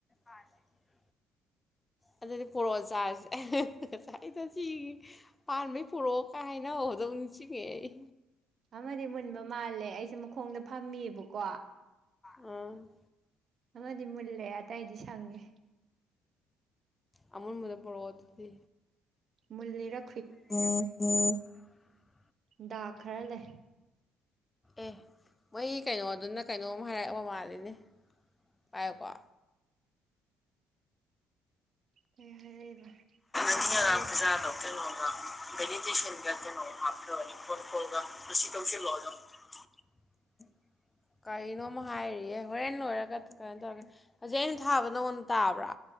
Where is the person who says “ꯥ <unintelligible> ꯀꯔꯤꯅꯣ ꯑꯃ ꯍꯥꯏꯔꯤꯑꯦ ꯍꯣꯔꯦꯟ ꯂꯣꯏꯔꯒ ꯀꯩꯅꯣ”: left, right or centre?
Left